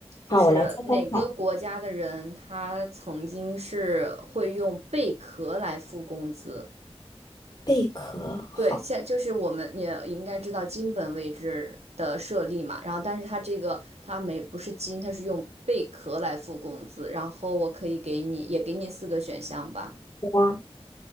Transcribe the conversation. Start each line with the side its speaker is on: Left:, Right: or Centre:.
Right: 就是哪个国家的人他曾经是会用贝壳来付工资？
Left: 好，我来猜猜看，贝壳，好，
Right: 对，现就是我们也应该知道金本位制的设立嘛，然后但是它这个它没不是金，它是用贝壳来付工资，然后我可以给你也给你四个选项吧，
Left: 对吧？